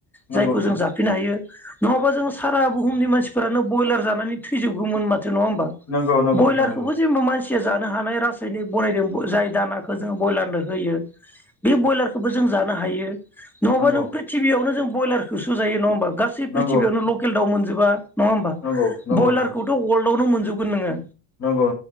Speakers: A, on the left (about 35°); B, in the centre.
A: नंगौ
B: जायखौ
A: नंगौ
B: जों जाफिननो हायो नङाबा जोङो सारा बुहुमनि मानसि फोरानो बयलार जानानै थैजोबगौमोन मा थो नङा होमबा
A: नंगौ नंगौ नोंथां
B: बयलारखौबो
A: नंगौ
B: जेनबा मान थिया जानो हानाय रासायनिक बनायदों जाय दानाखौ जोङो बयलारनो होयो। बे बयलारखोबो जों जानो हायो। नङाबा
A: नंगौ
B: नों प्रिथिबियावनो जों बयलारखौसो जायो नङा होमबा? गासै
A: नंगौ
B: प्रिथिबियावनो लकेल दाउ मोन जोबा नङा होमबा
A: नंगौ नोंथां
B: बयलारखौथ' अल <unintelligible> नो मोनजोबगोन नोङो
A: नंगौ